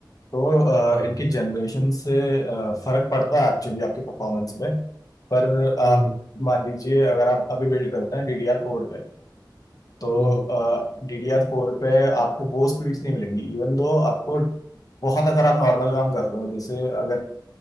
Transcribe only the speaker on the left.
तो
अ, इनकी जनरेशन से अ, फर्क पड़ता है एक्चुअली आपकी परफॉर्मेंस पे पर
आप मान लीजिए अगर आप अभी बिल्ड करते हैं डी डी आर फोर पे तो
डीडीआर फोर पे आपको वो स्पीड्स नहीं मिलेंगी इवन दो आपको बहुत अगर आप नॉर्मल काम कर रहे हो जैसे अगर